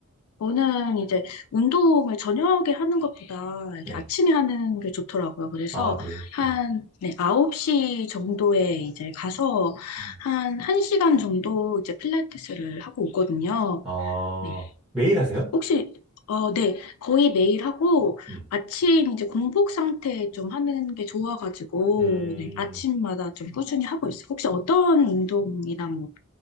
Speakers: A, on the left (about 75°); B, in the centre.
A: 저는 이제 운동을 저녁에 하는 것보다 이렇게
B: 네.
A: 아침에 하는 게 좋더라고요. 그래서
B: 아, 그래요?
A: 한,
B: 음.
A: 네, 9시 정도에 이제 가서
B: 음.
A: 한 1시간 정도 이제 필라테스를 하고 오거든요.
B: 아,
A: 네.
B: 매일 하세요?
A: 혹시, 어, 네. 거의 매일 하고,
B: 음.
A: 아침 이제 공복 상태 좀 하는 게 좋아가지고,
B: 음.
A: 네, 아침마다 좀 꾸준히 하고 있어요. 혹시 어떤 운동이나 뭐,